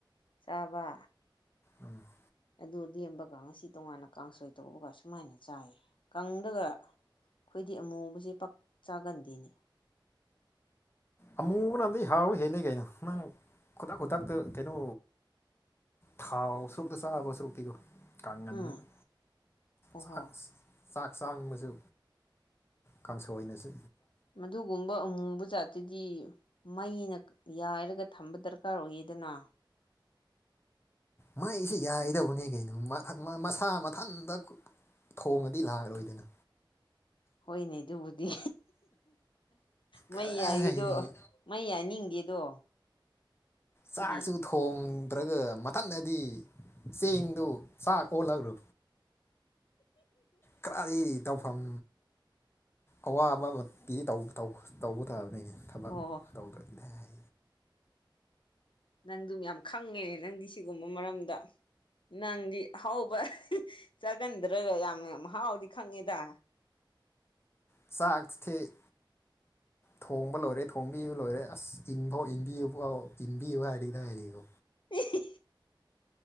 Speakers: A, on the left; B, on the left.
A: ꯆꯥꯕ
B: ꯎꯝ <inaudible>
A: ꯑꯗꯨ ꯂꯦꯝꯕꯒ ꯉꯁꯤ ꯇꯣꯉꯥꯟꯅ ꯀꯥꯡꯁꯣꯏ ꯇꯧꯕꯒ ꯁꯨꯃꯥꯏꯅ ꯆꯥꯏ ꯀꯥꯡꯗꯒ ꯑꯩꯈꯣꯏꯗꯤ ꯑꯃꯨꯕꯁꯦ ꯄꯥꯛ ꯆꯥꯒꯟꯗꯤꯅꯦ
B: ꯑꯃꯨꯕ ꯅꯟꯗꯤ ꯍꯥꯎꯕ ꯍꯦꯜꯂꯤ ꯀꯩꯅꯣ ꯅꯪ ꯈꯨꯗꯥꯛ ꯈꯨꯗꯇ ꯀꯩꯅꯣ ꯊꯥꯎ ꯁꯔꯨꯛꯇ ꯆꯥꯕ ꯁꯔꯨꯛꯇꯤꯒꯣ ꯀꯥꯡꯍꯟꯗꯅ
A: ꯎꯝ ꯑꯣꯍꯣ
B: ꯆꯥꯛꯁ ꯆꯥꯛ ꯆꯥꯡꯕꯁꯨ ꯀꯥꯡꯁꯣꯏ ꯑꯣꯏꯅꯁꯨ
A: ꯃꯗꯨꯒꯨꯝꯕ ꯑꯃꯨꯕꯖꯥꯠ ꯑꯗꯨꯗꯤ ꯃꯩꯅ ꯌꯥꯏꯔꯒ ꯊꯝꯕ ꯗꯔꯀꯥꯔ ꯑꯣꯏꯌꯦꯗꯅ
B: ꯃꯩꯁꯤ ꯌꯥꯏꯗꯧꯕꯅꯦ ꯀꯩꯅꯣ ꯃꯁꯥ ꯃꯊꯟꯇ ꯊꯣꯡꯉꯗꯤ ꯂꯥꯛꯂꯣꯏꯗꯅ
A: ꯍꯣꯏꯅꯦ ꯑꯗꯨꯕꯨꯗꯤ ꯃꯩ
B: ꯀꯗꯥꯏꯗꯒꯤ
A: ꯌꯥꯏꯒꯤꯗꯣ ꯃꯩ ꯌꯥꯅꯤꯡꯗꯦꯗꯣ
B: ꯆꯥꯛꯁꯨ
A: ꯑꯗꯨꯒꯤ
B: ꯊꯣꯡꯗ꯭ꯔꯒ ꯃꯊꯟꯗꯗꯤ ꯆꯦꯡꯗꯨ ꯆꯥꯛ ꯑꯣꯜꯂꯂꯨ ꯀ ꯇꯧꯐꯝ ꯑꯋꯥꯕꯃ ꯄꯤ ꯇꯧꯕ ꯇꯥꯕꯅꯤꯅ ꯊꯕꯛ
A: ꯑꯣ
B: ꯇꯧꯗ꯭ꯔꯗꯤꯅꯦ ꯍꯥꯏ
A: ꯅꯪꯗꯨꯝ ꯌꯥꯝ ꯈꯪꯉꯦꯅꯦ ꯅꯪꯗꯤ ꯁꯤꯒꯨꯝꯕ ꯃꯔꯝꯗ ꯅꯪꯗꯤ ꯑꯍꯥꯎꯕ ꯆꯥꯒꯟꯗ꯭ꯔꯒ ꯌꯥꯝ ꯃꯍꯥꯎꯗꯤ ꯈꯪꯉꯦꯗ
B: ꯁꯥꯥꯛ ꯊꯦ
A: ꯑ
B: ꯊꯣꯡꯕ ꯂꯣꯏꯔꯦ ꯊꯣꯡꯕꯤꯕꯨ ꯂꯣꯏꯔꯦ ꯑꯁ ꯏꯟꯐꯥꯎ ꯏꯟꯕꯤꯌꯨꯥꯎ ꯏꯟꯕꯤꯌꯨ ꯍꯥꯏꯔꯗꯤ ꯍꯥꯏꯔꯤꯀꯣ
A: ꯑꯦ